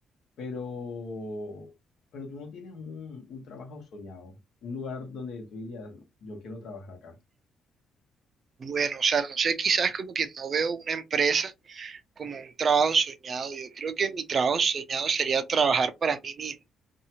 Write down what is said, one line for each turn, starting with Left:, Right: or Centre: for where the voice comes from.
Left: pero, pero tú no tienes un, un trabajo soñado, un lugar donde tú dirías, "No, yo quiero trabajar acá.
Right: Bueno, o sea, no sé, quizás como que no veo una empresa como un trabajo soñado. Yo creo que mi trabajo soñado sería trabajar para mí mismo.